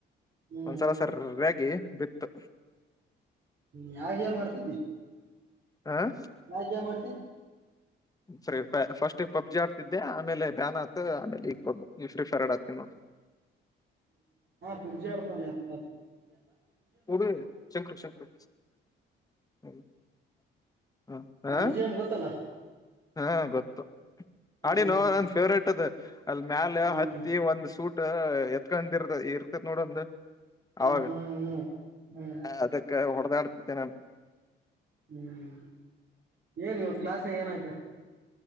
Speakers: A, on the right; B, on the left.
A: ಹ್ಮ್
B: ಒಂದ್ಸಲ ಸರ್ ರಾಗಿ ಬಿತ್ತು
A: ಹ್ಮ ಗೇಮ್ ಆಡ್ತಿಧಿ
B: ಹ್ಮ
A: ಯಾವ್ ಗೇಮ್ ಆಡತಿ
B: ಫ್ರೀ ಫೈರ್ ಫಸ್ಟ್ ಈ ಪಬ್ಜಿ ಆಡ್ತಿದ್ದೆ ಆಮೇಲೆ ಬ್ಯಾನ್ ಆತತ್ ಆಮೇಲೆ ಈ ಪಬ್ ಫ್ರೀ ಫೈರ್ ಆಡ್ ಆತೀನ ನೋಡು
A: ಹಾ್ಜ್ಜಾರಾ ಅ <unintelligible>
B: ಹಡು ಶಂಕರ ಶಂಕರ <inaudible> ಹ ಹಾ
A: ಬಿಜೆ ಗೊತ್ತಲ್ಲ
B: ಹಾ ಗೊತ್ತು ಹಾಡಿನ
A: ಅದು ನೋಡ್ದೇನೆ
B: ನನ್ ಫೇವ್ರೇಟ್ ಅದು ಅಲ್ಲಿ ಮ್ಯಾಲ
A: ಹ್ಮ್
B: ಹತ್ತಿ ಒಂದು ಸೂಟ್ ಎತ್ಕ ಇರ್ತ ಇರ್ತೇತ್ ನೋಡಂದ
A: ಹ್ಮ್
B: ಅವಾಗ
A: ಹ್ಮ್ ಹ್ಮ್
B: ಅದ ಹೊಡೆದಾ ಆಡ್ತಿದ್ದೇನೆ
A: ಹ್ಮ್ ಏನ್ ಇವತ್ ಕ್ಲಾಸ್ನಾಗ ಏನಾಯ್ತಾ